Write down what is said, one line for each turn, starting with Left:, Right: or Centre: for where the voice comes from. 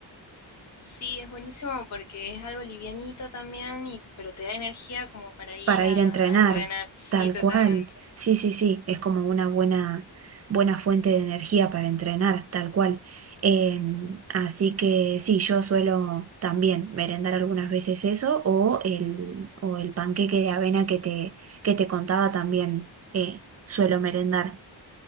Left: Sí, es buenísimo porque es algo livianito también, y, pero te da energía como para ir
Right: Para
Left: a,
Right: ir a entrenar,
Left: a entrenar. Sí,
Right: tal
Left: totalmente.
Right: cual. Sí, sí, sí, es como una buena, buena fuente de energía para entrenar, tal cual. Em, así que sí, yo suelo también merendar algunas veces eso o el, o el panqueque de avena que te, que te contaba también eh, suelo merendar.